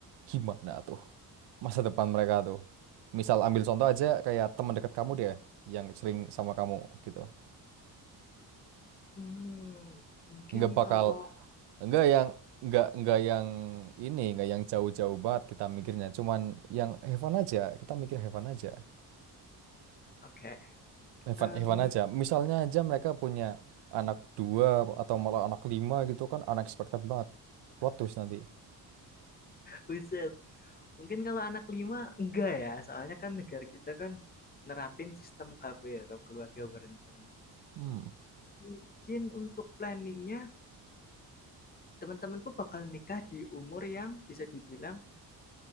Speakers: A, on the right; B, on the left.
A: gimana tuh masa depan mereka tuh? Misal ambil contoh aja kayak teman dekat kamu deh yang sering sama kamu gitu.
B: Hmm, mungkin
A: Nggak bakal
B: kalau
A: nggak yang nggak nggak yang ini, nggak yang jauh-jauh banget kita mikirnya, cuman yang heaven aja, kita mikir heaven aja.
B: oke
A: Hewan,
B: em,
A: hewan aja. Misalnya aja mereka punya anak dua atau malah anak lima gitu kan unexpected banget. Plot twist nanti.
B: Buset. <laughs> Mungkin kalau anak lima enggak ya, soalnya kan negara kita kan nerapin sistem KB atau keluarga berencana.
A: Hmm,
B: Mungkin untuk planningnya teman-temanku bakal nikah di umur yang bisa dibilang